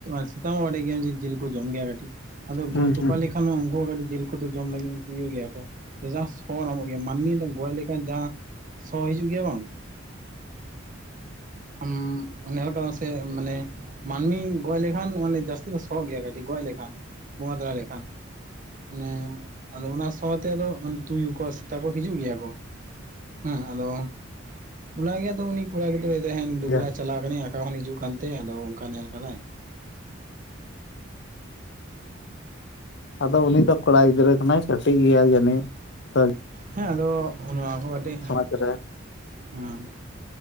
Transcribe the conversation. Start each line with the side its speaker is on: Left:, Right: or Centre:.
Right: ᱥᱮᱛᱟ ᱢᱟᱵᱟᱰᱟᱭ ᱜᱮᱭᱟ ᱡᱮ ᱡᱤᱞ ᱠᱚ ᱡᱚᱢ ᱜᱮᱭᱟ ᱠᱟᱹᱴᱤᱡ ᱜᱚ
Left: ᱦᱩᱸ
Right: ᱛᱚᱯᱟ
Left: ᱦᱩᱸ
Right: ᱞᱮᱠᱷᱟᱱ ᱩᱝᱠᱩ ᱦᱚᱸ ᱠᱟᱴᱤᱪ ᱡᱮᱞ ᱠᱚᱫᱚ ᱡᱚᱢ ᱞᱟᱹᱜᱤᱫ ᱩᱝᱠᱩ ᱤᱭᱟᱹᱜ ᱜᱮᱭᱟ ᱠᱚ ᱡᱟᱸᱦᱟ ᱥᱚ ᱧᱟᱢᱚᱜ ᱜᱮᱭᱟ ᱢᱟᱼᱼ ᱟᱨ ᱢᱤᱫᱽ ᱫᱷᱟᱣ ᱜᱚᱪ ᱞᱮᱠᱷᱟᱱ ᱡᱟᱸᱦᱟ ᱥᱚ ᱦᱤᱡᱩᱜ ᱜᱮᱭᱟ ᱵᱟᱝ ᱟᱢ ᱱᱮᱞ ᱠᱟᱫᱟᱢ ᱥᱮ ᱢᱟᱱᱮᱼᱼ ᱢᱟᱹᱱᱢᱤ ᱜᱚᱡ ᱞᱮᱠᱷᱟᱱ ᱢᱟᱱᱮ ᱡᱟᱹᱥᱛᱤ ᱠᱚ ᱥᱚᱜ ᱜᱮᱭᱟ ᱠᱟᱹᱴᱤᱡ ᱜᱚᱡ ᱞᱮᱠᱷᱟᱱ ᱵᱚᱸᱜᱟ ᱛᱟᱞᱟ ᱞᱮᱠᱷᱟᱱ ᱢᱟᱱᱮ ᱟᱫᱚ ᱚᱱᱟ ᱥᱚ ᱛᱮ ᱟᱫᱚ ᱛᱩᱭᱩ ᱠᱚ ᱥᱮᱛᱟ ᱠᱚ ᱦᱤᱡᱩᱜ ᱜᱮᱭᱟ ᱠᱚ ᱦᱮᱸ ᱟᱫᱚ ᱚᱱᱟᱜᱮ ᱟᱫᱚ ᱩᱱᱤ ᱠᱚᱲᱟ ᱜᱤᱫᱽᱨᱟᱹᱼᱼ ᱛᱮᱦᱮᱧ ᱫᱩᱵᱽᱨᱟ
Left: ᱦᱮᱸ
Right: ᱪᱟᱞᱟᱣ ᱠᱟᱹᱱᱟᱹᱧ ᱟᱠᱟ ᱠᱷᱚᱱ ᱦᱤᱡᱩᱜ ᱠᱟᱱᱛᱮ ᱟᱫᱚ ᱚᱝᱠᱟ ᱱᱮᱞ ᱠᱟᱫᱟᱭ
Left: ᱟᱫᱚ ᱩᱱᱤ ᱫᱚ ᱠᱚᱲᱟ ᱜᱤᱫᱽᱨᱟᱹ ᱠᱟᱱᱟᱭ ᱠᱟᱹᱴᱤᱡ ᱜᱮᱭᱟ ᱡᱟᱹᱱᱤᱡ ᱛᱚ
Right: ᱦᱮᱸ ᱟᱫᱚ ᱱᱚᱣᱟ ᱠᱚ ᱠᱟᱹᱴᱤᱡ
Left: ᱥᱚᱢᱟᱡᱽ ᱨᱮ
Right: ᱦᱮᱸ